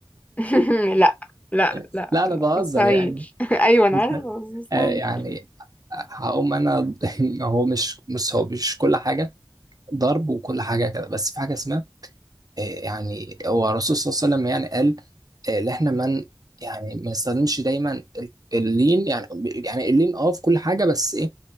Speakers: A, on the left (about 15°); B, on the right (about 45°).
A: <laughs> لا لا
B: <laughs>
A: لا
B: لا انا بهزر
A: مستحيل
B: يعني
A: <laughs> ايوه انا
B: بس
A: عارفة بس مستحيل
B: آه، يعني هقوم انا <laughs> هو مش بص هو مش كل حاجه ضرب وكل حاجه كده بس في حاجه اسمها آه، يعني هو الرسول صلى الله عليه وسلم يعني قال آه، ان احنا من يعني ما نستخدمش دايما ال- اللين يعني يعني اللين اه في كل حاجه بس ايه